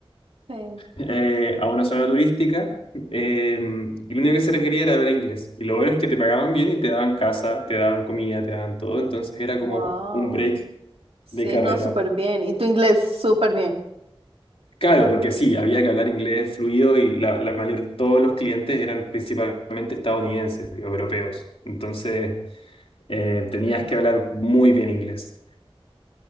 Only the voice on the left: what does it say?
eh, a una zona turística, eh, y lo único que se requería era hablar inglés. Y lo bueno es que te pagaban bien y te daban casa, te daban comida, te daban todo, entonces era
como un break
de carrera.
Claro, porque sí, había que hablar inglés fluido y la, la mayor, todos los clientes eran principalmente estadounidenses, europeos. Entonces... eh, tenías que hablar muy bien inglés.